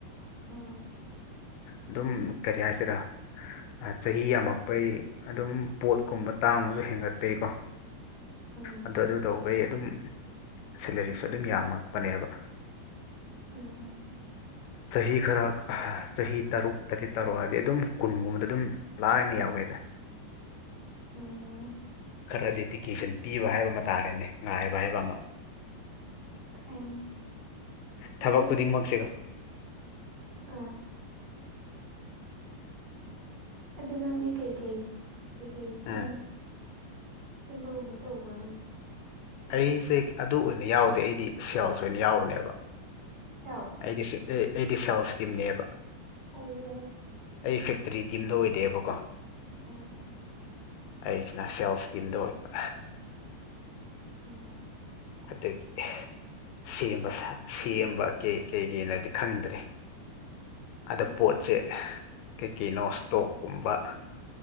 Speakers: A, on the right (about 15°); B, on the left (about 80°).
A: ꯎꯝ
B: ꯑꯗꯨꯝ ꯀꯔꯤ ꯍꯥꯏꯁꯤꯔꯥ ꯑ ꯆꯍꯤ ꯌꯥꯝꯃꯛꯄꯩ ꯑꯗꯨꯝ ꯄꯣꯠꯀꯨꯝꯕ ꯇꯥꯡꯕꯁꯨ ꯍꯦꯟꯒꯠꯄꯩꯀꯣ꯫
A: ꯎꯝ
B: ꯑꯗꯣ ꯑꯗꯨ ꯇꯧꯕꯩ ꯑꯗꯨꯝ ꯁꯦꯂꯔꯤꯁꯨ ꯑꯗꯨꯝ ꯌꯥꯝꯃꯛꯄꯅꯦꯕ꯫
A: ꯎꯝ
B: ꯆꯍꯤ ꯈꯔ ꯆꯍꯤ ꯇꯔꯨꯛ ꯇꯔꯦꯠ ꯇꯔꯨꯑꯗꯤ ꯑꯗꯨꯝ ꯀꯨꯟꯒꯨꯝꯕꯗ ꯑꯗꯨꯝ ꯂꯥꯏꯅ ꯌꯥꯎꯋꯦꯗ
A: ꯎꯝ
B: ꯈꯔ ꯗꯦꯗꯤꯀꯦꯁꯟ ꯄꯤꯕ ꯍꯥꯏꯕ ꯑꯃ ꯇꯥꯔꯦꯅꯦ ꯉꯥꯏꯕ ꯍꯥꯏꯕ ꯑꯃ
A: ꯐꯩꯅꯦ
B: ꯊꯕꯛ
A: ꯑꯗꯨ
B: ꯈꯨꯗꯤꯡꯃꯛꯁꯤꯒ
A: ꯑꯥ ꯑꯗꯨ ꯅꯪꯗꯤ ꯀꯩꯀꯩ ꯀꯩꯀꯩ ꯁꯤꯝ
B: ꯎꯝ
A: ꯁꯦꯝꯕꯒꯨꯝꯕ ꯇꯧꯕ꯭ꯔ ꯅꯪꯗꯤ
B: ꯑꯩꯁꯦ ꯑꯗꯨ ꯑꯣꯏꯅ ꯌꯥꯎꯗꯦ ꯑꯩꯗꯤ ꯁꯦꯜꯁ ꯑꯣꯏꯅ ꯌꯥꯎꯕꯅꯦꯕ
A: ꯁꯦꯜꯁ
B: ꯑꯩꯗꯤ ꯁꯦ ꯑꯦ ꯑꯩꯗꯤ ꯁꯣꯜꯁ ꯇꯤꯝꯅꯦꯕ
A: ꯑꯣ
B: ꯑꯩ ꯐꯦꯛꯇꯔꯤ ꯇꯤꯝꯗ ꯑꯣꯏꯗꯦꯕꯀꯣ
A: ꯎꯝ ꯎꯝ
B: ꯑꯩꯁꯤꯅ ꯁꯦꯜꯁ ꯇꯤꯝꯗ ꯑꯣꯏꯕ꯫
A: ꯂꯧꯁꯤꯟꯕ ꯉꯝꯗꯕ
B: ꯍꯗꯒꯤ ꯑꯦ ꯁꯦꯝꯕ ꯁꯥ ꯁꯦꯝꯕ
A: ꯎꯝ
B: ꯀꯦ ꯀꯩꯒꯤꯅꫭꯗꯤ ꯈꯪꯗ꯭ꯔꯦ ꯑꯗ
A: ꯎꯝ
B: ꯄꯣꯠꯁꯦ ꯑꯍ ꯀꯩ ꯀꯩꯅꯣ ꯏꯁꯇꯣꯛꯀꯨꯝꯕ